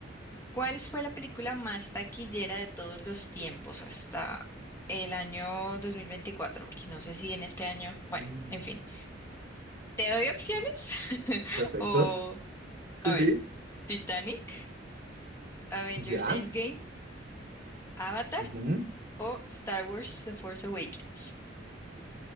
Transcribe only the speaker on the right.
Mm.
Perfecto.
Sí,
sí.
Ya.
ujú.